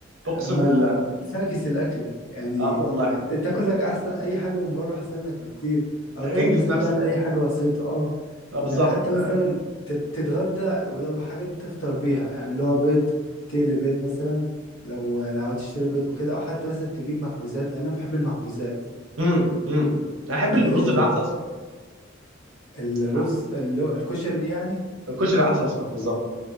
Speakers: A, on the right (about 75°); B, on the left (about 85°).
A: اقسم
B: ما
A: بالله
B: فاكس الأكلة يعني
A: اه والله
B: ت- تاكل لك أحسن أي حاجة من بره أحسن لك بكتير أو
A: انجز
B: ت- مثلا
A: نفسك
B: تعمل أي حاجة بسيطة أه
A: اه بالظبط
B: يعني حتى
A: آه.
B: مثلا تت- تتغدى ولو بحاجات بتفطر بيها يعني اللي هو بيض تقلي بيض مثلا لو لو هتشتري بيض وكده أو حتى مثلا تجيب مخبوزات يعني أنا بحب المخبوزات
A: امم امم انا احب
B: آه
A: الرز بالعدس اصفر
B: الرز
A: آه،
B: اللي هو الكشري يعني
A: الكشري عدس اصفر بالظبط